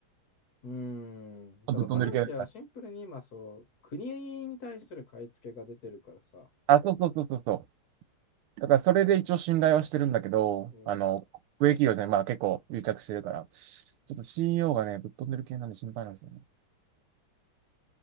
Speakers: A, on the left; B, on the right.
A: うーん、ただボランティアはシンプルに今、
B: ぶっ飛んでるけど。
A: そう、国に対する買い付けが出てるからさ、
B: あ、そうそうそうそうそう。だからそれで一応信頼はしてるんだけど、
A: そう
B: あの、国営企業じゃない、まあ結構癒着してるから、ちょっと CEO がね、ぶっ飛んでる系なんで心配なんですよね。